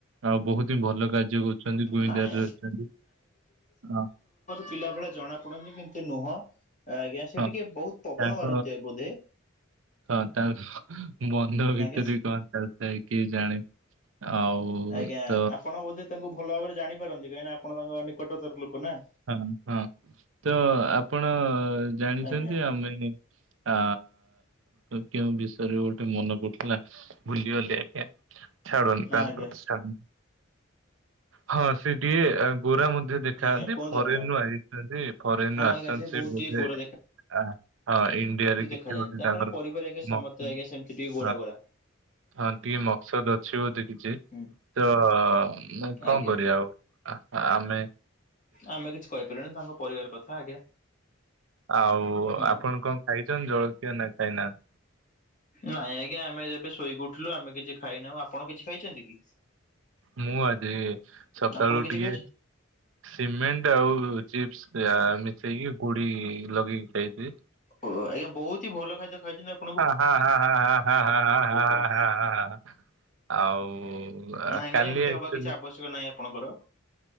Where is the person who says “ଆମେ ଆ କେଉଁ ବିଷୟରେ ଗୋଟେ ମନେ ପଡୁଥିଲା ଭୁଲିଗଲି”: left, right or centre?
Right